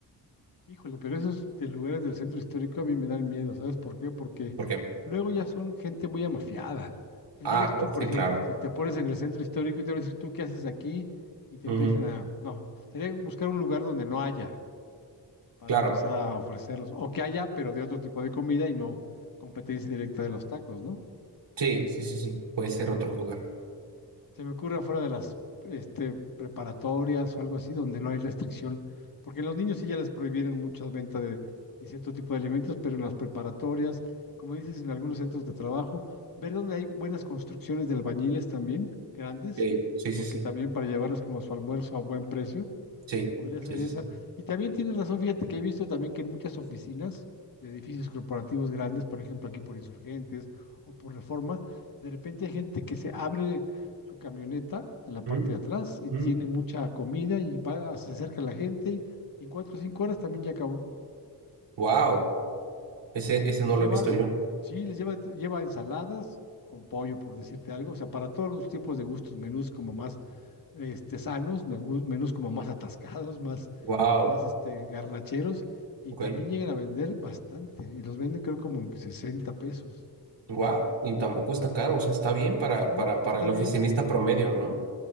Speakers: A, on the left; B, on the right.
A: Híjole, pero esos de lugares del centro histórico a mí me dan miedo, ¿sabes por qué? Porque
B: ¿Por qué?
A: luego ya son gente muy amafiada. O sea,
B: Ah,
A: llegas tú,
B: pues,
A: por
B: sí,
A: ejemplo,
B: claro.
A: te, te pones en el centro histórico y te van a decir tú qué haces aquí y te
B: Ujú,
A: empiezan a... No, sería buscar un lugar donde no haya para
B: Claro.
A: empezar a ofrecerlos, o que haya, pero de otro tipo de comida y no competencia directa de los tacos, ¿no?
B: Sí, sí, sí, sí. Puede ser otro lugar.
A: se me ocurre afuera de las este, preparatorias o algo así, donde no hay restricción, porque los niños sí ya les prohibieron muchas ventas de, de cierto tipo de alimentos, pero en las preparatorias, como dices, en algunos centros de trabajo, ver donde hay buenas construcciones de albañiles también, grandes,
B: Sí, sí,
A: porque
B: sí, sí.
A: también para llevarlos como su almuerzo a buen precio,
B: Sí,
A: Podría ser
B: sí, sí,
A: esa.
B: sí.
A: Y también tienes razón, fíjate que he visto también que en muchas oficinas de edificios corporativos grandes, por ejemplo aquí por Insurgentes o por Reforma, de repente hay gente que se abre su camioneta de la parte
B: Ujú,
A: de atrás y tiene
B: ujú.
A: mucha comida y va, se acerca a la gente y en cuatro o cinco horas también ya acabó.
B: Wow, ese, ese
A: Les
B: no lo
A: lleva
B: he visto
A: de,
B: yo.
A: sí, les lleva, lleva ensaladas con pollo, por decirte algo. O sea, para todos los tipos de gustos, menús como más este, sanos, me gu- menús como más atascados, <laughs> más,
B: Wow,
A: más este, garnacheros. Y
B: ok.
A: también llegan a vender bastante. Y los venden creo como en 60 pesos.
B: Wow, y tampoco está caro, o sea, está bien para,
A: ¿No?
B: para, para
A: Está
B: el
A: bien.
B: oficinista promedio, ¿no?